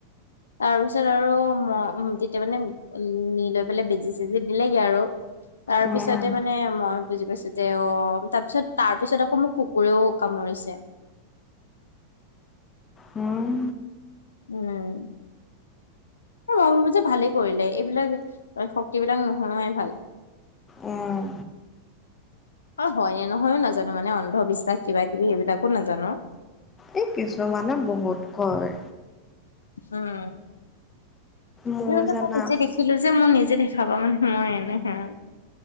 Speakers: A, on the left; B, on the left.
A: তাৰ পিছত আৰু মই তেতিয়া মানে নি লৈ পেলাই বেজি চেজি দিলেগে আৰু তাৰ
B: উম,
A: পিছতে মানে মই বুজি পাইছো, যে অ তাৰ পিছত তাৰ পিছত আকৌ মোক কু, কুকুৰেও কামুৰিছে।
B: উওম।
A: উম। ম ভাবো যে ভালে কৰিলে এইবিলাক শক্তি বিলাক নহোৱাই ভাল।
B: উম।
A: অ হয়নে নহয়ো নাজানো মানে, অন্ধবিশ্বাস কিবা কিবি এইবিলাকো নাজানো।
B: এই কিছুমানে বহুত কয়।
A: উম
B: মোৰ
A: কিলে
B: জানা
A: মই নিজে দেখি ছিলো যে মোৰ নিজে দেখা পা মানে মই এনেহে